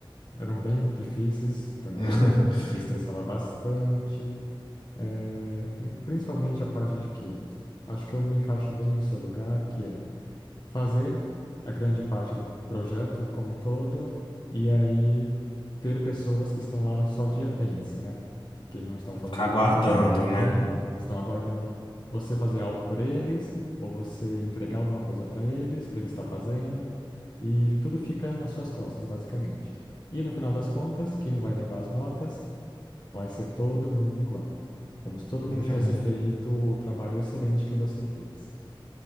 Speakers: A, on the left; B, on the left.
A: é, eram bem difíceis também,
B: <laughs>
A: me estressava bastante, é, principalmente a parte de que acho que eu me encaixo bem no seu lugar, que é fazer a grande parte do projeto como um todo e aí ter pessoas que estão lá só de apêndice, né? Que não estão fazendo
B: ficar aguardando,
A: nada,
B: né?
A: uhum, estão aguardando você fazer algo por eles ou você entregar alguma coisa para eles, para eles estar fazendo e tudo fica nas suas costas, basicamente. E no final das contas, quem vai levar as notas vai ser todo mundo igual. Como se todo
B: Uhum.
A: mundo tivesse feito o trabalho excelente que você fez.